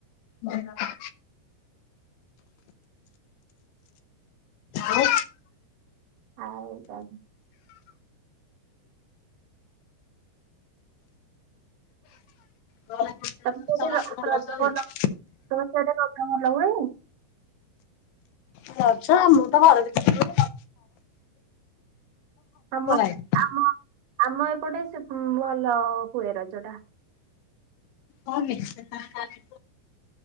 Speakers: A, on the left; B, on the right.
A: ଭଜା। ଆଉ।
B: ଆଉ କଣ?
A: ଘରେ
B: <unintelligible>
A: ସମସ୍ତେ ଭଲ
B: ରଜ
A: ଅଛନ୍ତି?
B: ଭଲ <unintelligible>
A: ରଜ ଆମର ତ ଘର ଭିତରେ
B: ଆମ
A: <unintelligible>
B: ଆମ ଆମ ଏପଟେ ସେ ଭଲ ହୁଏ ରଜ ଟା।
A: ହଁ ନିଶ୍ଚୟ <inaudible>